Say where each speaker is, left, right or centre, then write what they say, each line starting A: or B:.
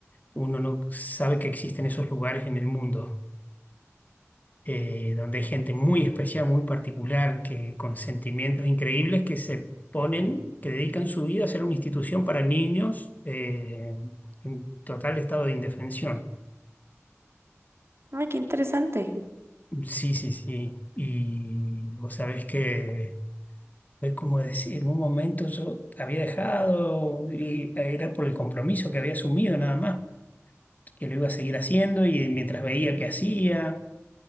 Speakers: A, on the left; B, on the right.
A: uno no sabe que existen esos lugares en el mundo. eh, donde hay gente muy especial, muy particular, que con sentimientos increíbles que se ponen, que dedican su vida a ser una institución para niños eh, en total estado de indefensión.
B: Ay, qué interesante.
A: Sí, sí, sí. Y vos sabés que es como decir, en un momento yo había dejado y era por el compromiso que había asumido nada más, que lo iba a seguir haciendo y mientras veía que hacía.